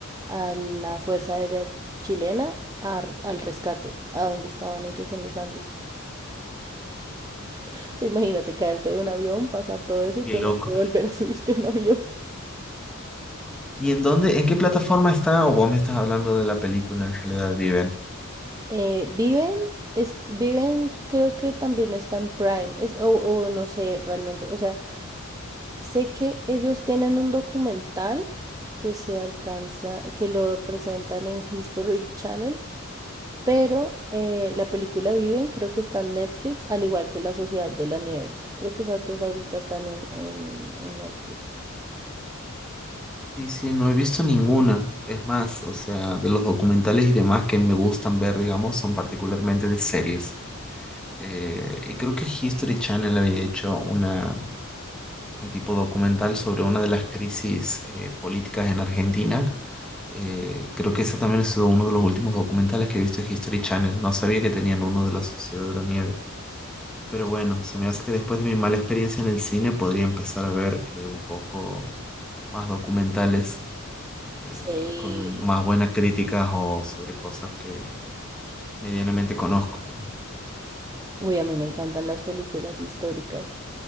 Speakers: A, on the right (about 15°); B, in the centre.
A: a la Fuerza Aérea Chilena a- al rescate, a donde estaban ellos en los Andes. O sea, imagínate caerte de un avión, pasar todo eso y
B: qué
A: tener
B: loco.
A: que volver a <laughs> subirte a un avión.
B: ¿Y en dónde, en qué plataforma está? O vos me estás hablando de la película en realidad, Viven.
A: Eh, viven, es, viven, creo que también está en Prime, es, o, o no sé realmente, o sea. Sé que ellos tienen un documental que se alcanza, que lo presentan en History Channel, pero eh, la película Viven creo que está en Netflix, al igual que La Sociedad de la Nieve. Creo que esas dos ahorita están en, en, en Netflix.
B: Sí, sí, no he visto ninguna. Es más, o sea, de los documentales y demás que me gustan ver, digamos, son particularmente de series. Eh, y creo que History Channel había hecho una, un tipo documental sobre una de las crisis eh, políticas en Argentina. Eh, creo que ese también ha sido uno de los últimos documentales que he visto en History Channel. No sabía que tenían uno de la Sociedad de la Nieve. Pero
A: Sí.
B: bueno, se me hace que después de mi mala experiencia en el cine podría empezar a ver eh, un poco más documentales. eh,
A: Sí.
B: con más buenas críticas o sobre cosas que medianamente conozco.
A: Uy, a mí me encantan las películas históricas.